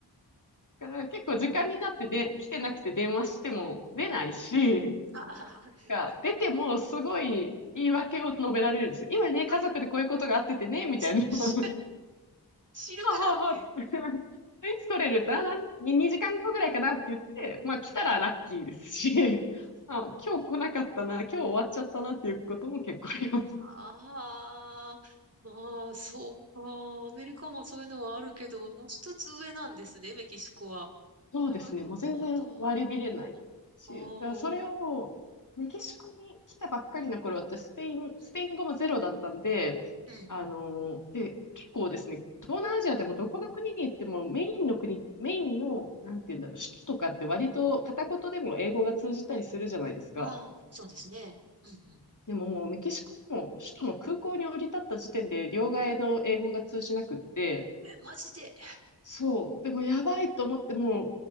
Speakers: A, on the left; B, on the right.
A: だから結構時間になってで、来てなくて電話しても出ないし、
B: うん。ああー。
A: が出てもすごい言い訳を述べられるんですよ。今ね、
B: <laughs>
A: 家族でこういうことがあっててね、みたいな。
B: 知
A: <laughs>
B: 知るかっていう。
A: はははは <laughs> いつ来れるって、あ、なん2時間後ぐらいかなって言って、まあ来たらラッキーですし、<laughs> あ、今日来なかったな、今日終わっちゃったなっていうことも結構あります。
B: ああ、まあ、そうか。アメリカもそういうのはあるけど、もう一つ上なんですね、メキシコは。
A: そうですね。
B: なるほど。
A: もう全然割り切れないし、
B: ああ、
A: だからそれをメキシコに来たばっかりの頃、
B: う
A: 私スペイン、
B: ん、
A: スペイン語もゼロだったんで、
B: うん。
A: あので、結構ですね、東南アジアでもどこの国に行ってもメインの国、メインの、なんて言うんだろう、首都とかって割と片言でも英語が通じたりするじゃないですか。
B: ああ、そうですね。うん、う
A: でももうメキシコも首都の空港に降り立った時点で両替の英語が通じなくって、
B: ん、うん。え、マジで。
A: そう。でもやばいと思っても、